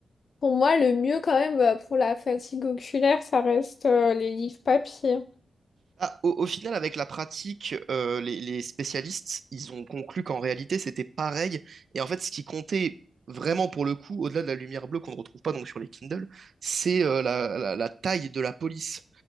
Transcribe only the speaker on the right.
Ah, au, au final, avec la pratique, euh, les, les spécialistes, ils ont conclu qu'en réalité, c'était pareil. Et en fait, ce qui comptait vraiment pour le coup, au-delà de la lumière bleue qu'on ne retrouve pas donc sur les Kindle, c'est euh, la, la- la taille de la police.